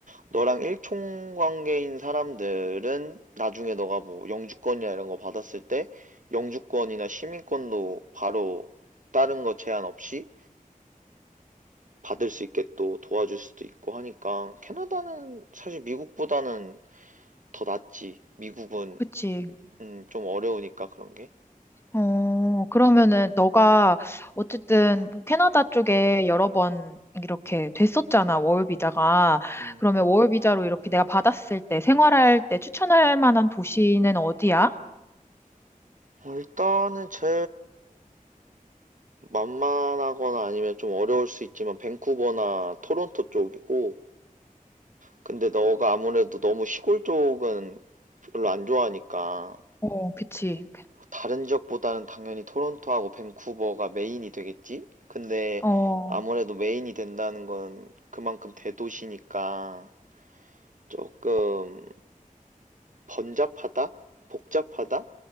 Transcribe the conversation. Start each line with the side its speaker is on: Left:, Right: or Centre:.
Right: 너랑 일총 관계인 사람들은 나중에 너가 뭐 영주권이나 이런 거 받았을 때 영주권이나 시민권도 바로 다른 거 제한 없이 받을 수 있게 또 도와줄 수도 있고 하니까 캐나다는 사실 미국보다는 더 낫지 미국은
Left: 그치.
Right: 음, 좀 어려우니까 그런 게
Left: 어, 그러면은 너가 어쨌든 뭐 캐나다 쪽에 여러 번 이렇게 됐었잖아, 워홀 비자가.
Right: 음,
Left: 그러면 워홀 비자로 이렇게 내가 받았을 때 생활할 때 추천할 만한 도시는 어디야?
Right: 어, 일단은 제 만만하거나 아니면 좀 어려울 수 있지만 밴쿠버나 토론토 쪽이고 근데 너가 아무래도 너무 시골 쪽은 별로 안 좋아하니까
Left: 어, 그치.
Right: 다른 지역보다는 당연히 토론토하고 밴쿠버가 메인이 되겠지? 근데
Left: 어,
Right: 아무래도 메인이 된다는 건 그만큼 대도시니까 조금 번잡하다? 복잡하다?